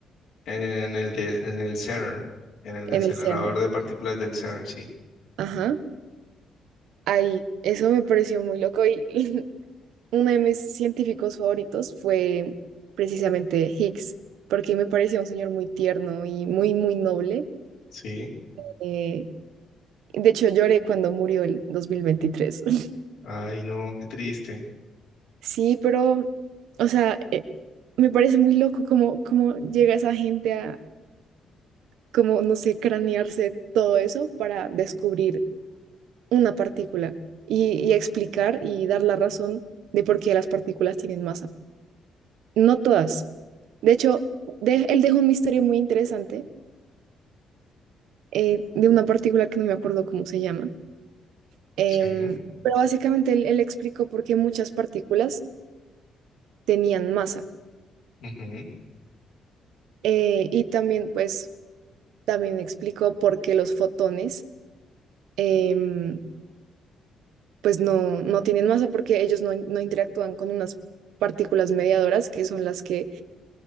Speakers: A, on the left (about 80°); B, on the right (about 85°).
A: en el de, en el CERN, en el
B: en
A: acelerador
B: el CERN.
A: de partículas del CERN, sí,
B: Ajá, ahí. Eso me pareció muy loco y, <laughs> uno de mis científicos favoritos fue precisamente Higgs, porque me parecía un señor muy tierno y muy, muy noble.
A: sí.
B: Eh, de hecho, lloré cuando murió el dos mil veintitrés <laughs>
A: Ay, no, qué triste.
B: Sí, pero, o sea, eh, me parece muy loco cómo, cómo llega esa gente a, como, no sé, cranearse todo eso para descubrir una partícula y, y explicar y dar la razón de por qué las partículas tienen masa. No todas. De hecho, de- él dejó un misterio muy interesante eh, de una partícula que no me acuerdo cómo se llama. Em,
A: Sí,
B: pero básicamente él, él explicó por qué muchas partículas tenían masa.
A: ujú,
B: Eh, y también, pues, también explicó por qué los fotones, em, pues, no, no tienen masa porque ellos no, no interactúan con unas partículas mediadoras que son las que